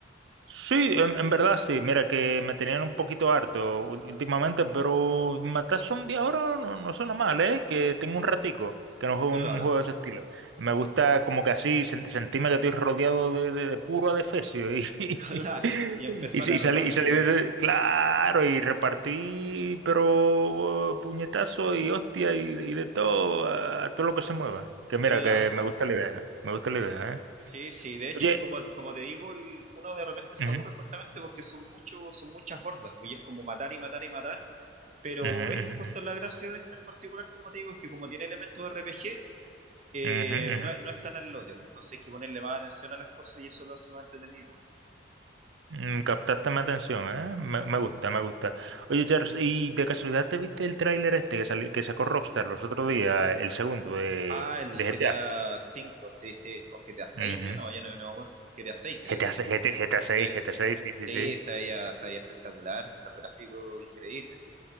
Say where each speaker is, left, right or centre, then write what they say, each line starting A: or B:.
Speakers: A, on the right (about 70°); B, on the right (about 35°).
A: Sí, en, en verdad sí. Mira que me tenían un poquito harto ú- últimamente, pero matar zombies ahora no, no suena mal, ¿eh? Que tengo un ratico que no juego
B: Claro,
A: un, un juego de ese <laughs> estilo. Me gusta como que así sen- sentirme que estoy rodeado de, de, de puro adefesio y, <laughs>
B: <laughs> claro. Y empezar
A: y, sí,
B: a
A: y
B: repartir
A: salí- y salí
B: eh,
A: de ese- claro, y repartí, pero puñetazo y hostia y, y de todo, a, a todo lo que se mueva. Que
B: Claro,
A: mira, que me gusta la idea, me gusta la idea, ¿eh?
B: sí, sí. De hecho,
A: Oye.
B: lo- como, como te digo, el- uno de repente se
A: ujú,
B: aburre justamente porque son muchos, son muchas hordas, pues y es como matar y matar y matar. Pero
A: ujú,
B: es es justo la gracia de este en particular, como te digo, es que como tiene elementos de RPG, eh,
A: ujú, ujú, ujú.
B: no, es- no es tan al lote, pues, entonces hay que ponerle más atención a las cosas y eso lo hace más entretenido. pues.
A: Mm, Captaste mi atención, ¿eh? Me, me gusta, me gusta. Oye, Charles, ¿y de casualidad te viste el tráiler este que, sali- que sacó Rockstar los otros días, el segundo de,
B: Ah, el
A: de
B: GTA
A: GTA?
B: V, sí, sí. O GTA VI,
A: Ujú.
B: ya no, ya no, no me acuerdo. GTA VI creo
A: GTA,
B: que.
A: se- GT GTA 6,
B: Sí,
A: GTA 6, sí, sí,
B: sí,
A: sí.
B: se veía, se veía espectacular, los gráficos increíbles.